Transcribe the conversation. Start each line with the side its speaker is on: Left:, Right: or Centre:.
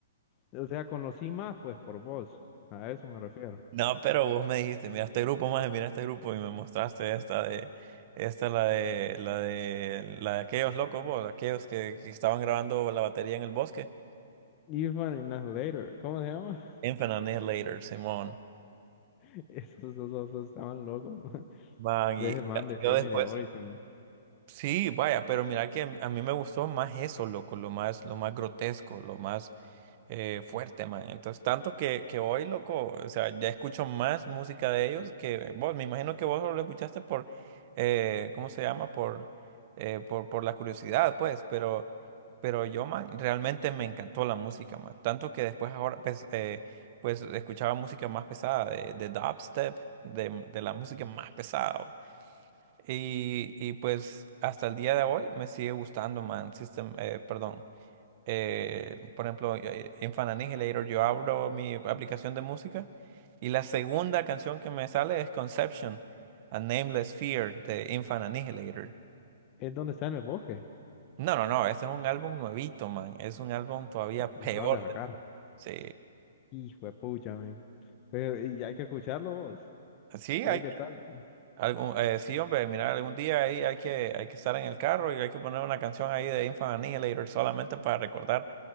Left: o sea, conocí más pues por vos. A eso me refiero.
Right: No, pero vos me dijiste, mira este grupo, maje, mira este grupo y me mostraste esta de, esta la de, la de, la de aquellos locos, vos, aquellos que, que estaban grabando la batería en el bosque.
Left: Even in Later, ¿cómo se llama?
Right: Infinite Annihilator, Simón.
Left: <laughs> Esos, esos, esos estaban locos. <laughs>
Right: Man,
Left: Breath
Right: y
Left: of Man de Bring
Right: yo después
Left: Me the Horizon.
Right: Sí, vaya, pero mira que a a mí me gustó más eso, loco, lo más, lo más grotesco, lo más eh, fuerte, man. Entonces, tanto que, que hoy, loco, o sea, ya escucho más música de ellos que vos. Me imagino que vos solo lo escuchaste por, eh, ¿cómo se llama? Por, eh, por, por la curiosidad, pues, pero, pero yo, man, realmente me encantó la música, man. Tanto que después ahora, pues, eh, pues escuchaba música más pesada, de, de dubstep, de, de la música más pesada. Y, y pues hasta el día de hoy me sigue gustando, man. System, eh, perdón. Eh, por ejemplo, eh, en Fan Annihilator yo abro mi aplicación de música y la segunda canción que me sale es Conception, A Nameless Fear de Infant Annihilator.
Left: Es donde está en el bosque.
Right: No, no, no, este es un álbum nuevito, man. Es un álbum todavía
Left: Lo
Right: peor.
Left: acaban de sacar.
Right: Sí,
Left: Hijo de pucha, men. Pero, y hay que escucharlo vos.
Right: sí,
Left: A
Right: hay
Left: ver
Right: que,
Left: qué tal.
Right: algún, eh, sí, hombre, mira, algún día ahí hay que, hay que estar en el carro y hay que poner una canción ahí de Infant Annihilator solamente para recordar.